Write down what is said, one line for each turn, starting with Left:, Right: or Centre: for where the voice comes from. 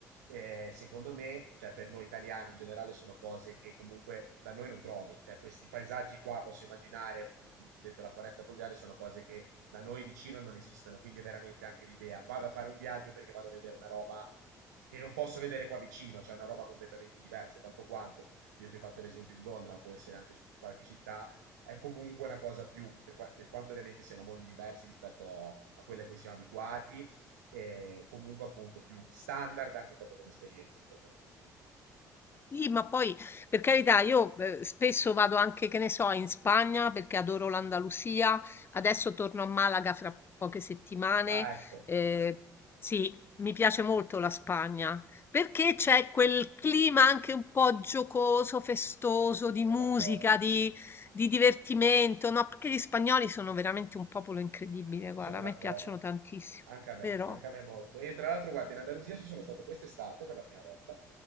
Right: eh, secondo me, cioè per noi italiani in generale sono cose che comunque da noi non trovi, cioè questi paesaggi qua posso immaginare, appunto, mi mi hai detto la foresta pluviale, sono cose che da noi vicino non esistono, quindi è veramente anche l'idea, vado a fare un viaggio perché vado a vedere una roba che non posso vedere qua vicino, cioè una roba completamente diversa, tanto quanto. io ti ho fatto l'esempio di Londra, ma può essere anche su qualche città, è comunque una cosa più, per, qua- per quanto ovviamente siano mondi diversi rispetto a quelle a cui siamo abituati, eh, comunque appunto più standard anche proprio come esperienza, secondo me.
Left: Sì, ma poi per carità, io eh, spesso vado anche, che ne so, in Spagna perché adoro l'Andalusia. Adesso torno a Malaga fra poche settimane.
Right: Ah, ecco,
Left: Eh, sì, mi piace molto la Spagna perché c'è quel clima anche un po' giocoso, festoso,
Right: sono
Left: di musica,
Right: d'accordo.
Left: di, di divertimento, no? Perché gli spagnoli sono veramente un popolo incredibile,
Right: Sono
Left: guarda, a
Right: d'accordo.
Left: me piacciono tantissimo,
Right: Anche a me,
Left: vero?
Right: anche a me molto. E tra l'altro, guarda, in Andalusia ci sono stato quest'estate per la prima volta.